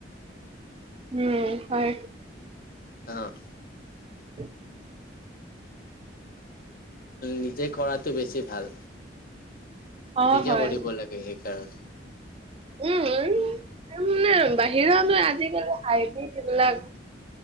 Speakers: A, on the right; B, on the left.
A: উম, হয়।
B: অ'।
A: <inaudible>
B: নিজে কৰাটো বেছি ভাল,
A: অ,
B: নিজে
A: হয়।
B: কৰিব লাগে সেইকাৰণে
A: উম, আৰু মানে, বাহিৰলৈ আজিকালি হাইব্ৰীড এইবিলাক